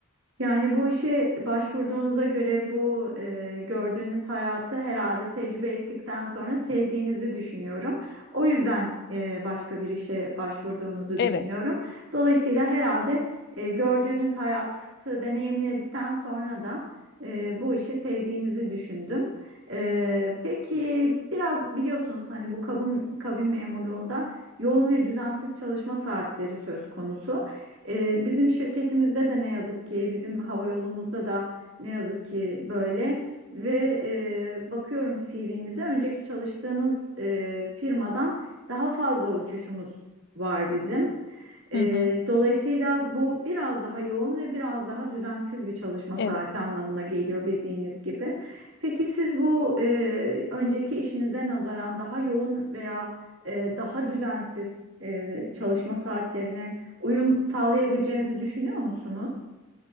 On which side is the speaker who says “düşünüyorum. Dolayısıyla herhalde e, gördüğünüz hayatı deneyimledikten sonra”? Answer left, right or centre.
Right